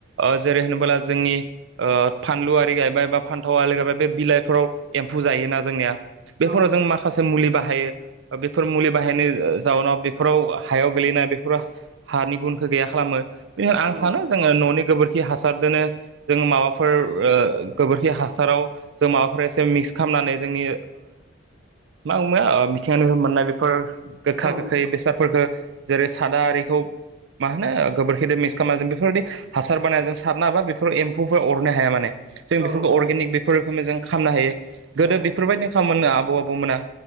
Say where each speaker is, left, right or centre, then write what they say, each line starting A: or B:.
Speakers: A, on the right; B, on the right.
A: ओ जेरै होनबोला जोंनि ओ फानलु आरि गायबाय बा फान्थाव आरि गायबाय बे बिलाइफोराव एम्फौ जायोना जोंनिया। बेफोराव
B: औ
A: जों माखासे माखासे मुलि बाहायो बेफोर मुलि बाहायनायनि जाउनाव बेफोराव हायाव गोलैनाय बेफोराव हानि गुनखौ गैया खालामो बेनिखायनो आं
B: औ
A: सानो जोङो न'नि गोबोरखि हासारदो जोङो माबाफोर गोबोरखि हासाराव जों माबाफोर एसे मिक्स खालामनानै जोंनि मा बुंङो मिथिंङानि मोननाय बेफोर गोखा
B: औ
A: गोखै बे फोरफोरखौो जेरै साद आरारिखौ मा होनो गोबोरखिजों मिक्स खालामना जों बेफोरबायदि हासार बानाय जों सारनो हाबा बेफोराव एम्फौफोरा अरनो हाया माने जों
B: औ
A: बेफोरखौ अर्गेनिक
B: नंगौ
A: बेफोर रोखोमै जों खालामनो हायो गोदो
B: औ
A: बेफोरबायदिनो खालामाम मोनो आबौ आबौमोना।